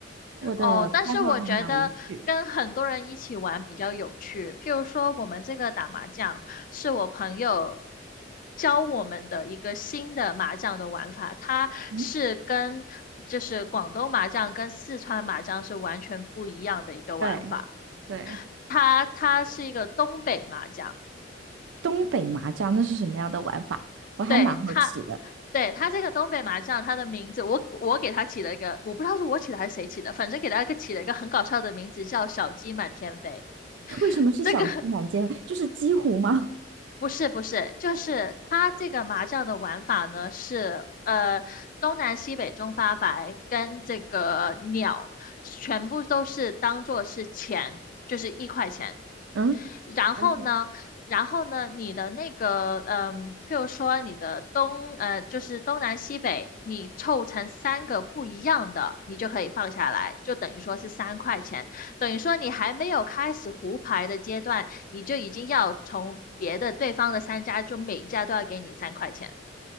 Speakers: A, on the right (about 90°); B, on the left (about 50°).
A: 我的爱好还蛮无趣。
B: 哦，但是我觉得跟很多人一起玩比较有趣。譬如说，我们这个打麻将是我朋友教我们的一个新的麻将的玩法，它是跟就是广东麻将跟四川麻将是完全不一样的一个玩法。
A: 嗯，对对，
B: 它它是一个东北麻将，
A: 东北麻将那是什么样的玩法？我还蛮好奇的。
B: 对它。对，它这个东北麻将，它的名字我我给它起了一个，我不知道是我起的还是谁起的，反正给它一个起了一个很搞笑的名字，叫“小鸡满天飞”。
A: <laughs> 为什么是小鸡南煎？
B: 这个
A: 就是鸡糊吗？
B: 不是不是，就是它这个麻将的玩法呢是，呃，东南西北中发白跟这个鸟全部都是当做是钱，就是一块钱。
A: 嗯
B: 然后呢，
A: <laughs>，然后
B: 然后呢，你的那个，嗯，譬如说你的东，呃，就是东南西北，你凑成三个不一样的，你就可以放下来，就等于说是三块钱，等于说你还没有开始胡牌的阶段，你就已经要从别的对方的三家，就每家都要给你三块钱。